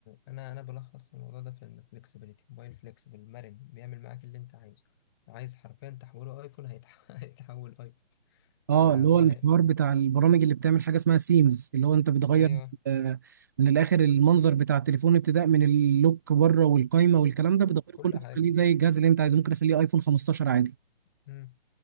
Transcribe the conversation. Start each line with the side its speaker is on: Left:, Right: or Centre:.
Left: انا انا بلخص الموضوع ده في ان فليكسبيليتي موبايل فليكسبل مرن بيعمل معاك اللي انت عايزه عايز حرفيا تحوله ايفون هيتح- <laughs> هيتحول ايفون
Right: اه
Left: فهو
Right: اللي هو الحوار
Left: هي.
Right: بتاع البرامج اللي بتعمل حاجه اسمها سيمز اللي هو انت بتغير
Left: ايوه
Right: آه من الاخر المنظر بتاع التليفون ابتداء من اللوك بره والقايمه والكلام ده
Left: مم.
Right: بتغيره
Left: كل
Right: كله بتخليه
Left: حاجه
Right: زي الجهاز اللي انت عايزه ممكن اخليه ايفون 15 عادي
Left: مم.